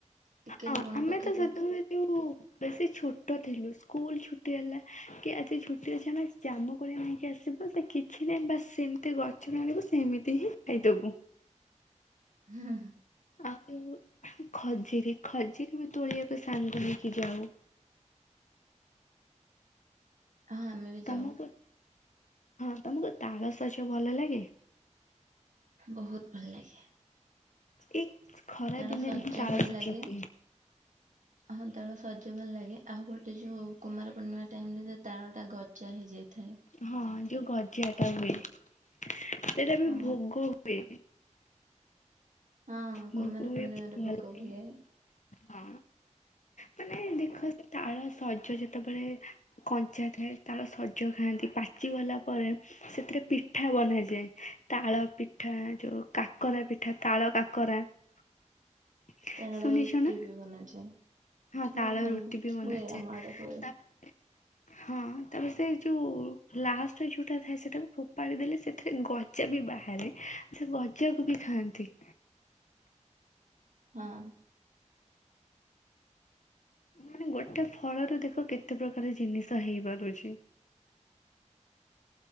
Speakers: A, on the right; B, on the left.
A: ଟିକେ
B: ହଁ
A: ଲୁଣ
B: ଆମେ
A: ପକେଇ
B: ତ
A: ଦେଇକି
B: ସେଦିନ ଯୋଉ ବେଶୀ ଛୋଟ ଥିଲୁ ସ୍କୁଲ୍ ଛୁଟି ହେଲା କି ଆଜି ଛୁଟି ଅଛି ଆମେ ଜାମୁ କୋଳି ଆଣିକି ଆସି ବୁ ତେ କିଛି ନାହିଁ ବାସ୍ ସେମତି ଗଛରୁ ଆଣିବୁ ସେମିତି ହିଁ ଖାଇଦବୁ।
A: ହୁଁଁ।
B: ଆଉ ଖଜୁରୀ ଖଜୁରୀ ବି ତୋଳିବାକୁ ସାଙ୍ଗ ହେଇକି ଯାଉ।
A: ହଁ ଆମେ ବି
B: ତମକୁ
A: ଯାଉ
B: ହଁ ତମକୁ ତାଳ ସଜ ଭଲ ଲାଗେ?
A: ବହୁତ ଭଲ ଲାଗେ।
B: ଏକ ଖରା
A: ତାର
B: ଦିନରେ
A: ସଜ
B: ହିଁ ତାଳ
A: ଭଲ
B: ସଜ
A: ଲାଗେ
B: ହୁଏ।
A: ହଁ ତାଳ ସଜ ଭଲ ଲାଗେ ଆଉ ଗୋଟେ ଯୋଉ କୁମାର ପୂର୍ଣ୍ଣିମା ଟାଇମ୍ ରେ ଯୋଉ ତାଳଟା ଗଜା ହେଇ ଯାଇଥାଏ।
B: ହଁ ଯୋଉ ଗଜାଟା ହୁଏ ସେଟା ବି
A: ହଁ
B: ଭୋଗ ହୁଏ।
A: ହଁ
B: ବୋହୂ
A: କୁମାର
B: ହୁଏ
A: ପୂର୍ଣ୍ଣିମାରେ
B: ଭଲ ଲାଗେ
A: ଭୋଗ ହୁଏ।
B: ହଁ ମାନେ ଦେଖ ସେ ତାଳ ସଜ ଯେ ତବେଳେ କଞ୍ଚା ଥାଏ ତାଳ ସଜ ଖାଆନ୍ତି ପାଚି ଗଲା ପରେ ସେଥିରେ ପିଠା ବନାଯାଏ ତାଳ ପିଠା ଯୋଉ କାକରା ପିଠା ତାଳ କାକରା <inaudible>
A: ତାଳ
B: ଶୁଣିଛ
A: ରୁଟିବି
B: ନା
A: ବନାଯାଏ।
B: ହଁ
A: ହୁଁ
B: ତାଳ
A: ହୁଁ
B: ରୁଟିବି ବନାଯାଏ
A: ହୁଏ ଆମ ଆଡେ ହୁଏ।
B: ତାପରେ ହଁ ତାପରେ ସେଇ ଯୋଉ ଲାଷ୍ଟ ଯୋଉଟା ଥାଏ ସେଟାକୁ ଫୋପାଡ଼ି ଦେଲେ ସେଥିରେ ଗ ଯାବି ବାହାରେ ସେଗଜାକୁବି ଖାଆନ୍ତି।
A: ହଁ।
B: ମାନେ ଗୋଟେ ଫଳରୁ ଦେଖ କେତେ ପ୍ରକାର ଜିନିଷ ହେଇପାରୁଛି।